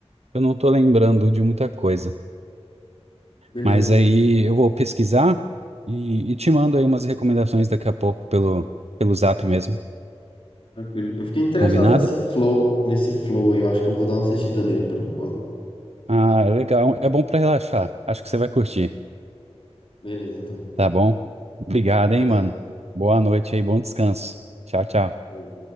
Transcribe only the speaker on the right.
eu não tô lembrando de muita coisa.
Mas aí eu vou pesquisar e, e te mando aí umas recomendações daqui a pouco pelo, pelo Zap mesmo.
Combinado?
Ah, é legal. É bom pra relaxar. Acho que você vai curtir.
Tá bom? Obrigado,
hein,
mano. Boa noite aí, bom descanso. Tchau, tchau.